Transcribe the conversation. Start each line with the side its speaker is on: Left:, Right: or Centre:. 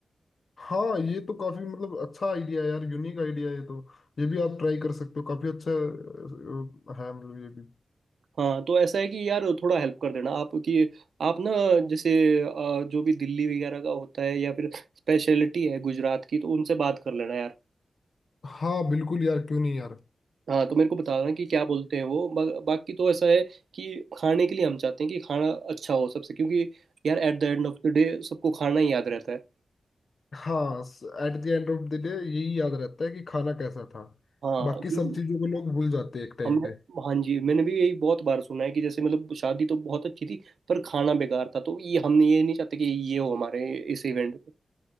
Left: हाँ ये तो काफी मतलब अच्छा आइडिया है यार यूनिक आइडिया है ये तो ये भी आप ट्राई कर सकते हो काफी अच्छा अ, है मतलब ये भी
Right: हाँ तो ऐसा है कि यार थोड़ा हेल्प कर देना आप कि आप ना जैसे अ, जो भी दिल्ली वगैरह का होता है या फिर स्पेशलिटी है गुजरात की तो उनसे बात कर लेना यार
Left: हाँ बिल्कुल यार क्यों नहीं यार
Right: हाँ तो मेरे को बताना कि क्या बोलते हैं वो बा, बाकी तो ऐसा है कि खाने के लिए हम चाहते हैं कि खाना अच्छा हो सबसे क्योंकि यार at the end of the day सबको खाना ही याद रहता है
Left: हाँ at the end of the day यही याद रहता है कि खाना कैसा था
Right: हाँ
Left: बाकी
Right: कि
Left: सब चीजों को लोग भूल जाते हैं एक टाइम
Right: हमने
Left: पे
Right: हाँ जी मैंने भी यही बहुत बार सुना है कि जैसे मतलब शादी तो बहुत अच्छी थी पर खाना बेकार था तो ये हम ये नहीं चाहते कि ये हो हमारे इस इवेंट